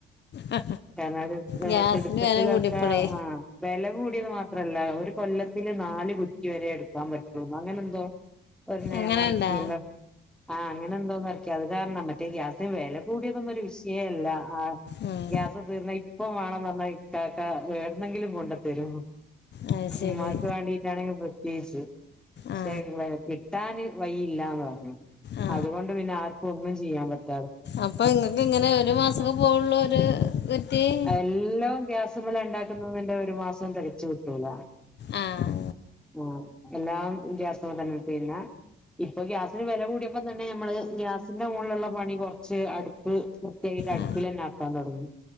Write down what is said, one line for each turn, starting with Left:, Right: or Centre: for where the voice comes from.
Left: ആ,
Centre: ചെലരൊക്കെ
Left: ഗ്യാസിന്
Centre: തിടുക്കത്തിലൊക്കെ
Left: വില കൂടിയപ്പോളേ
Centre: ആ വില കൂടിയത് മാ- ത്രല്ല ഒരു കൊല്ലത്തില് നാല് കുറ്റിവരെ എടുക്കാൻ പറ്റു അങ്ങനെ എന്തോ- ഒരു നെയമറക്കില്ലോ
Left: അങ്ങനെ ഉണ്ടാ
Centre: ആ അങ്ങനെന്തോന്ന് ഇറക്കി അത് കാരണം മറ്റേ ഗ്യാസിന് വെല കൂടിയതൊന്നും ഒരു വിഷയേല്ല ആഹ്
Left: ഉം.
Centre: ഗ്യാസ് തീർന്ന ഇപ്പം വേണം എന്ന് പറഞ്ഞാൽ ഇക്കാക്ക എവിടുന്ന് എങ്കിലും കൊണ്ടുത്തരും
Left: അത് ശരി
Centre: ഉമ്മാക്ക് വേണ്ടീട്ടാണെങ്കിൽ പ്രത്യേകിച്ച്
Left: ആ
Centre: <unintelligible> കിട്ടാന് വഴയില്ലാന്ന് പറഞ്ഞു
Left: ആ
Centre: അതുകൊണ്ട് പിന്നെ ആർക്കും ഒന്നും ചെയ്യാൻ പറ്റി-
Left: അപ്പൊ ഇങ്ങക്ക് ഇങ്ങനെ ഒരു മാസൊക്കെ പോവുള്ളൂ ഒരു കുറ്റി-
Centre: എല്ലോം ഗ്യാസും മേലാ ഇണ്ടാക്കുന്നേന്നുണ്ടെ ഒരു മാസം തികച്ചു കിട്ടൂല
Left: ആഹ്
Centre: ഓ എല്ലാം ഗ്യാസ്സുമ്മെ തന്നെ ചെയ്യുന്നെ ഇപ്പൊ ഗ്യാസിന് വെല കൂടിയപ്പ തന്നെ നമ്മള് ഗ്യാസിന്റെ മുകളിലുള്ള പണി കുറച്ച് അടു- പ്പ് വൃത്തിയാക്കി അടുപ്പില്
Left: ആ
Centre: തന്നെ ആക്കാൻ തൊടങ്ങി